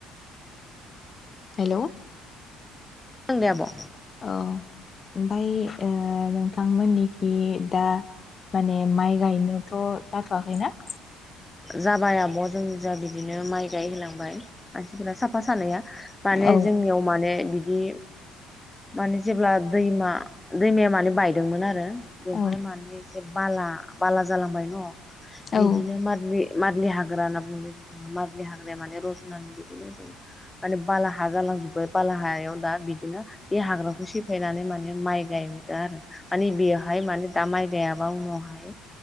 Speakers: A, on the left (about 40°); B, on the left (about 15°).
A: हेलौ
B: <unintelligible> आब'।
A: औ ओमफाय ओ नोंथांमोननि बे दा माने माइ गायनोथ' जाथ'वाखैना?
B: जाबाय आब' जों जा बिदिनो माइ गायहोलांबाय। मानसिफोरा साफा सानैया माने
A: औ
B: जोंनियाव माने बिद दि माने जेब्ला दैमा दैमाया माने बायदोंमोन आरो बहाय
A: औ
B: माने से बाला बाला जालांबाय न।
A: जो
B: बिदिनो मान मादलि हाग्रा होनना बुंङो जे जोङो मादलि हाग्राया माने रज'नानानै बिदिनो जों माने बाला हा जालांजोबबाय बाला हायाव दा बिदिनो बे हाग्राखौ सेफायनानै माने माइ गायदो आरो माने बेयावहाय माने दा माइ गायाबा उनावहाय